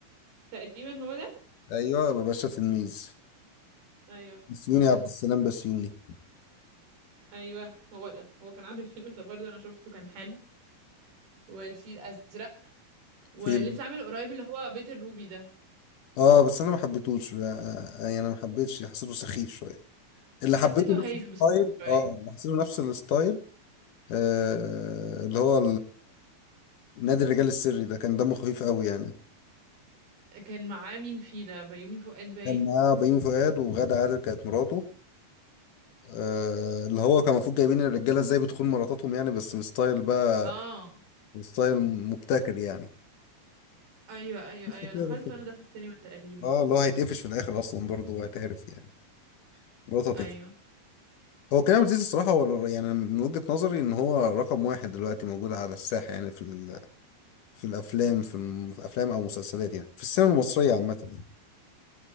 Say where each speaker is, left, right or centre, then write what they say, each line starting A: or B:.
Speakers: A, on the right; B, on the left.
A: تقريبا هو ده
B: ايوه باشا تلميذ
A: ايوه
B: بسيوني
A: هو ده
B: عبد السلام بسيوني
A: ايوه هو ده هو كان عامل <laughs> فيلم ده برضه انا شفته كان حلو والفيل الازرق ولسه
B: في
A: عامل قريب اللي هو بيت الروبي ده
B: اه بس انا ما حبيتهوش آه، آه، يعني انا ما حبيتش حسيته سخيف شويه اللي
A: حسيته
B: حبيته نفس
A: هايف
B: الستايل
A: بصراحه شويه
B: اه اللي حسيته نفس الستايل آه اللي هو نادي الرجال السري ده كان دمه خفيف قوي يعني
A: كان معاه مين فيه ده بيومي فؤاد باين
B: كان معاه بيومي فؤاد وغادة عادل كانت مراته آه اللي هو كان المفروض جايبين الرجاله ازاي بتخون مراتاتهم يعني بس بستايل بقى
A: اه
B: ستايل مبتكر يعني
A: ايوه ايوه
B: قصة
A: ايوه دخلته
B: كده، قصة كده.
A: انا ده في السينما تقريبا
B: اه اللي هو هيتقفش في الاخر اصلا برضه وهيتعرف يعني مراته هتقفش
A: ايوه
B: هو كريم عبد العزيز الصراحه هو يعني من وجهه نظري ان هو رقم واحد دلوقتي موجود على الساحه يعني في ال- في الافلام في, الم... في افلام او مسلسلات يعني في السينما المصريه عامه يعني.